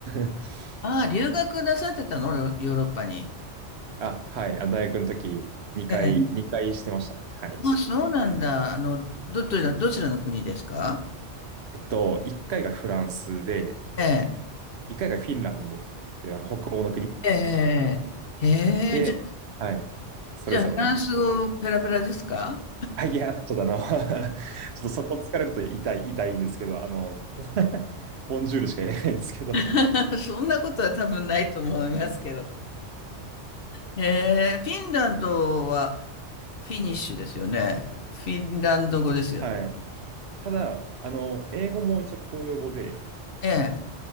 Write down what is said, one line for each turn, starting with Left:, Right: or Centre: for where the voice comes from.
Right: <laughs>
Left: ああ、留学なさってたのヨヨーロッパに。
Right: あ、はい。あ大学の時2回、
Left: ええ。
Right: 2回してましたね。はい。
Left: あ、そうなんだ。あの、ど、どちら、どちらの国ですか
Right: えっと、1回がフランスで、
Left: ええ、
Right: 1回がフィンランドっていうあの北欧の国
Left: ええ、ええ。へえ、
Right: で、
Left: じゃ、
Right: はい。それぞれこう、
Left: じゃあ、フランス語ペラペラですか
Right: あ、いや、ちょっとあの <laughs> ちょっとそこ疲れると痛い、痛いんですけど、あの <laughs> ボンジュールしか言えないんですけど <laughs>
Left: <laughs> そんなことは多分ないと思いますけど。ええ、フィンランドは、フィニッシュですよね。フィンランド語ですよね。
Right: はい。ただ、あの、英語も一応公用語で、
Left: ええ、